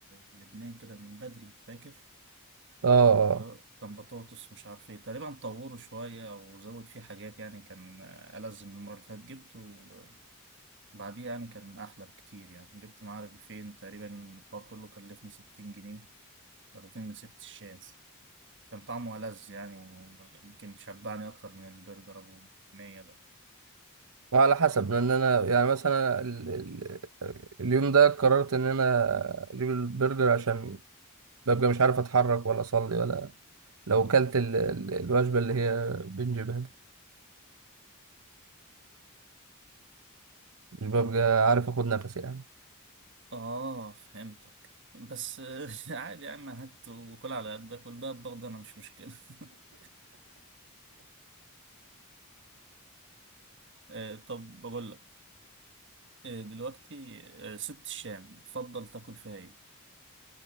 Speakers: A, on the right; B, on the right.
A: لبنان كده من بدري فاكر
B: اه اه
A: اللي
B: آه.
A: هو كان بطاطس مش عارف ايه تقريبا طوره شوية او زود فيه حاجات يعني كان ألذ من المرة اللي فاتت جبته بعديه يعني كان احلى بكتير يعني جبت معاه رغيفين تقريبا الحوار كله كلفني 60 جنيه رغيفين من ست الشاي كان طعمه ألذ يعني ويمكن شبعني أكتر من البرجر أبو مية ده
B: وعلى حسب لان انا يعني مثلا ال... ال... اليوم ده قررت ان انا اجيب البرجر عشان ببقى مش عارف اتحرك ولا اصلي ولا لو كلت ال... ال- الوجبه اللي هي بنجيبها دي مش ببقى عارف اخد نفسي يعني
A: اه فهمتك بس <laughs> عادي يا عم هات وكل على قدك والباقي برضه انا مش مشكلة <laughs> آه، طب بقول لك آه، دلوقتي آه، ست الشام بتفضل تاكل فيها ايه؟